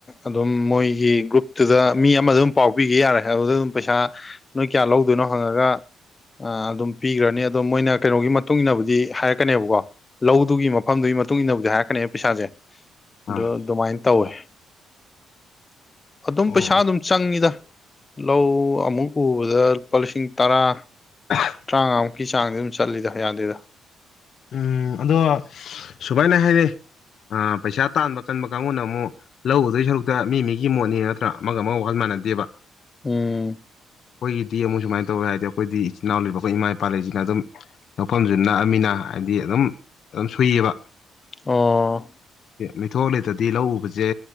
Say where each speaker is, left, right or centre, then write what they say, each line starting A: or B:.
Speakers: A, on the left; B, on the left.
A: ꯑꯗꯨꯝ ꯃꯣꯏꯒꯤ ꯒ꯭ꯔꯨꯞ ꯑꯗꯨꯗ ꯃꯤ ꯑꯃꯗ ꯑꯗꯨꯝ ꯄꯥꯎ ꯄꯤꯒꯦ ꯌꯥꯔꯦ ꯑꯗꯨꯗ ꯑꯗꯨꯝ ꯄꯩꯁꯥ ꯅꯣꯏ ꯀꯌꯥ ꯂꯧꯗꯣꯏꯅꯣ ꯍꯪꯉꯒ ꯑꯗꯨꯝ ꯄꯤꯈ꯭ꯔꯅꯤ ꯑꯗꯣ ꯃꯣꯏꯅ ꯀꯩꯅꯣꯒꯤ ꯃꯇꯨꯡ ꯏꯟꯅꯕꯨꯗꯤ ꯍꯥꯏꯔꯛꯀꯅꯦꯕꯀꯣ ꯂꯧꯗꯨꯒꯤ ꯃꯐꯝꯗꯨꯒꯤ ꯃꯇꯨꯡ ꯏꯟꯅꯕꯨꯗꯤ ꯍꯥꯏꯔꯛꯀꯅꯤ ꯄꯩꯁꯥꯁꯦ
B: ꯑꯥ
A: ꯗꯨ ꯑꯗꯨꯃꯥꯏꯅ ꯇꯧꯋꯦ ꯑꯗꯨꯝ
B: ꯑꯣ
A: ꯄꯩꯁꯥ ꯑꯗꯨꯝ ꯆꯪꯉꯤꯗ ꯂꯧ ꯑꯃꯨꯛ ꯎꯕꯗ ꯂꯨꯄꯥ ꯂꯤꯁꯤꯡ ꯇꯔꯥ
B: ꯑ <inaudible>
A: ꯇꯔꯥꯃꯉꯥꯃꯨꯛꯀꯤ ꯆꯥꯡꯗꯤ ꯑꯗꯨꯝ ꯆꯠꯂꯤꯗ ꯌꯥꯥꯗꯦꯗ
B: ꯎꯝ ꯑꯗꯣ ꯁꯨꯃꯥꯏꯅ ꯍꯥꯏꯔꯦ ꯄꯩꯁꯥ ꯇꯥꯟꯕ ꯀꯟꯕ ꯀꯥꯡꯕꯨꯅ ꯑꯃꯨꯛ ꯂꯧ ꯎꯗꯣꯏ ꯁꯔꯨꯛꯇ ꯃꯤ ꯃꯤꯒꯤ ꯃꯣꯠꯅꯤ ꯅꯠꯇ꯭ꯔꯥ ꯑꯃꯒ ꯑꯃꯒ ꯋꯥꯈꯜ ꯃꯥꯟꯅꯗꯦꯕ
A: ꯎꯝ
B: ꯑꯩꯈꯣꯏꯒꯤꯗꯤ ꯃꯛ ꯁꯨꯃꯥꯏꯅ ꯇꯧꯋꯦ ꯍꯥꯏꯗꯤ ꯈꯣꯢꯗꯤ ꯏꯆꯤꯟ ꯏꯅꯥꯎꯕ ꯑꯩꯈꯣꯏ ꯏꯃꯥ ꯏꯄꯥꯜ ꯂꯩꯁꯤꯅ ꯑꯗꯨꯝ ꯂꯧ ꯐꯝꯁꯨ ꯅꯛꯑꯃꯤꯅ ꯍꯥꯏꯗꯤ ꯑꯗꯨꯝ ꯑꯗꯨꯝ ꯁꯨꯌꯦꯕ
A: ꯑꯣ
B: ꯃꯤꯊꯣꯛ ꯂꯩꯇ꯭ꯔꯗꯤ ꯂꯧ ꯎꯕꯖꯦ